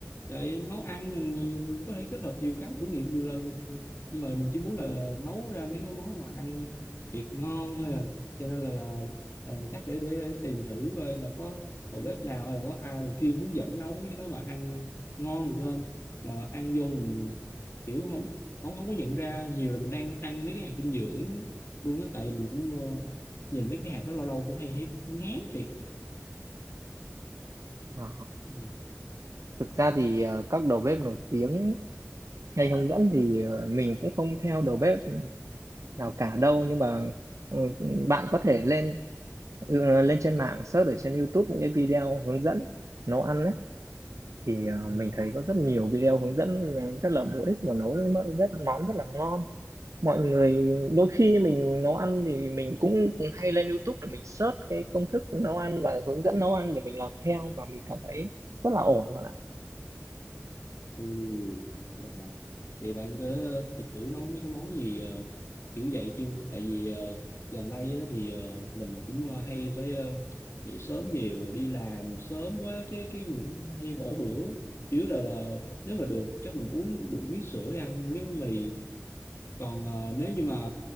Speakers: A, on the left (about 55°); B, on the right (about 85°).
A: vậy nấu ăn mình có thể kết hợp nhiều cái thử nghiệm nhiều lần mà. nhưng mà mình chỉ muốn là nấu ra mấy cái món mà ăn thiệt ngon thôi à cho nên là, là, là chắc để, để để tìm thử coi là có đầu bếp nào hay là có ai mà chuyên hướng dẫn nấu cái đó mà ăn ngon được không mà ăn vô mình kiểu không không không có nhận ra nhiều là mình đang ăn mấy cái hạt dinh dưỡng luôn á tại mình cũng ờ, nhìn mấy cái hạt đó lâu lâu cũng hay thấy ngán thiệt
B: Ờ.
A: ừ.
B: thực ra thì ờ, các đầu bếp nổi tiếng hay hướng dẫn thì ờ, mình cũng không theo đầu bếp nào cả đâu nhưng mà ờ, bạn có thể lên ờ, lên trên mạng search ở trên YouTube những cái video hướng dẫn nấu ăn thì ờ,
A: Ừ.
B: mình thấy có rất nhiều video hướng dẫn ờ, rất là bổ ích và nấu nó rất món rất là ngon mọi người đôi khi mình nấu ăn thì mình cũng hay lên YouTube để mình search cái công thức nấu ăn và hướng dẫn nấu ăn để mình làm theo và mình cảm thấy rất là ổn bạn ạ
A: Ừ. Wow. Vậy bạn đã thử nấu mấy cái món gì ờ, kiểu vậy chưa? Tại vì ờ, gần đây á, thì ờ, mình cũng hay phải ờ, dậy sớm nhiều rồi đi làm sớm quá cái cái mình cũng hay bỏ bữa. Chủ yếu là là nếu mà được chắc mình uống được miếng sữa ăn miếng bánh mì. Còn ờ, nếu như mà